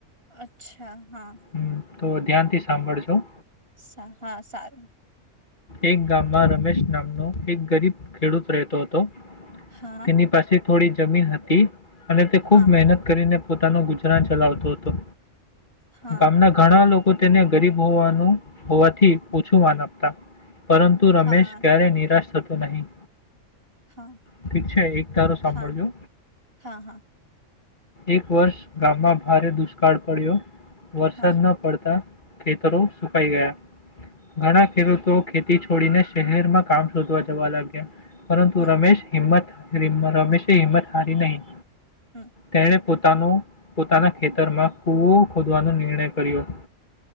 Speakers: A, on the right (about 45°); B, on the left (about 40°).
A: અચ્છા. હા
B: હમ. તો ધ્યાનથી સાંભળજો.
A: સા હા સારું.
B: એક ગામમાં રમેશ નામનો એક ગરીબ ખેડૂત રહેતો હતો.
A: હા
B: તની પાસે થોડી જમીન હતી. અને તે
A: હા
B: ખુબ મહેનત કરીને પોતાનો ગુજરાન ચલાવતો હતો.
A: હા
B: ગામના ઘણા લોકો તેને ગરીબ હોવાનું હોવાથી ઓછું માન આપતા. પરંતુ રમેશ
A: હા
B: ક્યારે નિરાશ થતો તો નહીં
A: હા
B: ઠીક છે એક તારો સાંભળજો
A: હા હા હા
B: એક વર્ષ ગામમાં ભારે દુષ્કાળ પડ્યો વરસાદ
A: હા
B: ના પડતા ખેતરો સુકાઈ ગયા ઘણા ખેડૂત
A: હા
B: ખેતી છોડીને શહેર માં કામ શોધવા જવા લાગ્યા પરંતુ
A: હમ
B: રમેશ હિંમત રમેશે હિમત હારી નહીં
A: હમ
B: તેણે પોતાનુ પોતાના ખેતરમાં કૂવો ખોદવાનો નિર્ણય કર્યો